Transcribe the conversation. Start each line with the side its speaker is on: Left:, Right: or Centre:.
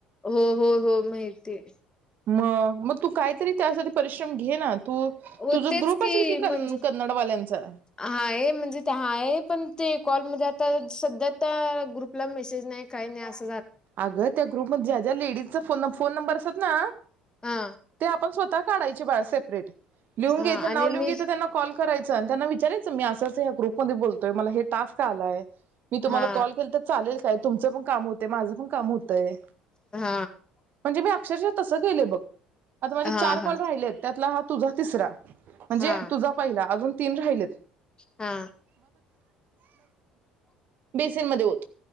Left: हो हो हो माहितीये
Right: मग मग तू काहीतरी त्यासाठी परिश्रम घे ना तू
Left: हो
Right: तुझं
Left: तेच
Right: ग्रुप
Left: की
Right: असेल
Left: म्हणजे
Right: कन कन्नडवाल्यांचा
Left: हाय म्हणजे ते हाय पण ते कॉलमध्ये आता सध्या त्या ग्रुपला मेसेज नाही काही नाही अस
Right: अगं त्या ग्रुपमधे ज्या ज्या लेडीजच फोन नं फोन नंबर असतात ना
Left: हा
Right: ते आपण स्व ता काढायची बाळ सेपरेट लिहून
Left: हा
Right: घ्यायंच नाव
Left: आणि
Right: लिहून
Left: मी
Right: घ्यायंच त्यांना कॉल करायचा त्यांना विचारायच.. मी अस ग्रुप बोलतोय मला हे टास्क आलाय मी तुम्हा
Left: हा
Right: कॉल के तर चालतंय क तुमचं काम होत माझ पण.......... काम होतयं
Left: हा
Right: म्हणजे मी अक्षरशा तसं सं गेलं बघ आता माझे
Left: हा
Right: चार
Left: हा
Right: कॉल राहिलेत त्यातला हा तुझा तिसरा म्हणजे
Left: हा
Right: तुझा पहिला अजून तीन राहिलेत.
Left: हा
Right: बेसीन मध्ये ओत